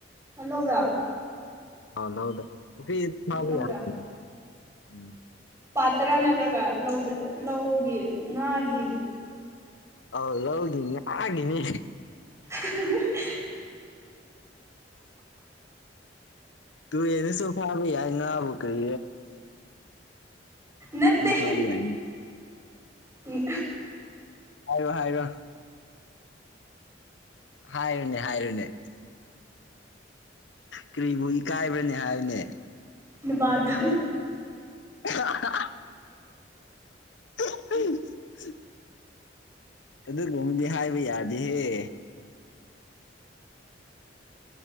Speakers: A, on the right; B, on the left.
A: ꯍꯜꯂꯥꯎꯗ
B: <unintelligible>
A: ꯂꯧꯗ ꯄꯥꯠ ꯇꯔꯥ ꯅꯠꯇ꯭ꯔꯒ ꯂꯧꯗ ꯂꯧꯒꯤ ꯉꯥꯒꯤ
B: ꯑꯧ ꯂꯧꯒꯤ ꯉꯥꯒꯤꯅꯤ
A: <unintelligible>
B: ꯇꯨ ꯑꯦꯅꯤꯁꯨꯨ ꯐꯕꯤ ꯌꯥ ꯉꯅꯥ ꯑꯕꯨ ꯀꯔꯤ
A: ꯅꯠꯇꯦ
B: ꯎꯝ ꯐꯔ ꯌꯥ
A: ꯎ
B: ꯍꯥꯏꯔꯣ ꯍꯥꯏꯔꯣ ꯍꯥꯏꯔꯨꯅꯦ ꯍꯥꯏꯔꯨꯅꯦ ꯀꯔꯤꯕꯨ ꯏꯀꯥꯏꯕ꯭ꯔꯅꯦ ꯍꯥꯏꯕꯅꯦ
A: ꯅꯨꯕꯥꯗ
B: ꯍ <inaudible> ꯑꯗꯨꯒꯨꯝꯕꯗꯤ ꯍꯥꯏꯕ ꯌꯥꯗꯦꯍꯦ